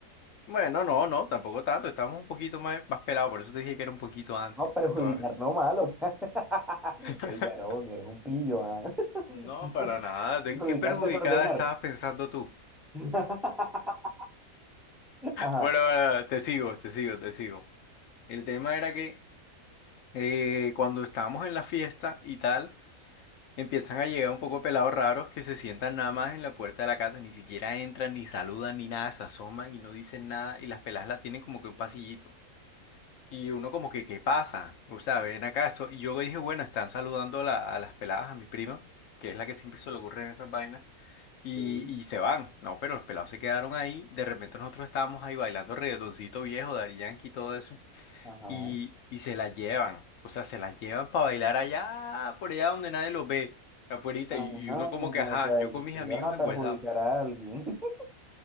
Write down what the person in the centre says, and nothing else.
No, perjudicar
no mal, o sea. <laughs>
Ey, Yarón, eres un pillo, ah.
<laughs>
Perjudicar,
desordenar.
<laughs> Ajá.
sí,
Ajá.
Ajá.
O
sea,
que
si
van a
perjudicar a alguien. <laughs>